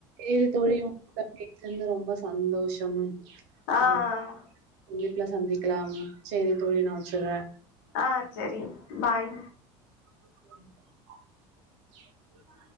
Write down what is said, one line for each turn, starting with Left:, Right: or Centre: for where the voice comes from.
Right: ஏ தொழில் ம் ரொம்ப <unintelligible> சந்தோஷம்
Left: ஆஹன்
Right: ஆ, கண்டிப்பா சந்திக்கலாம் சேரி தோழி நா வைச்சுறேன்
Left: ஆஹ சேரி பாய்
Right: உம்